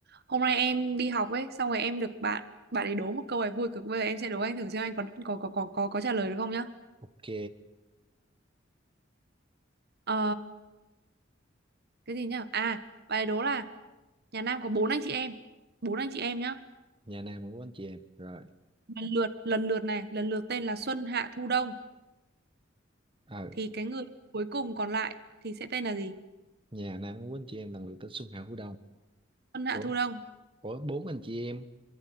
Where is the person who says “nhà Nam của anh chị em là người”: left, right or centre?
Right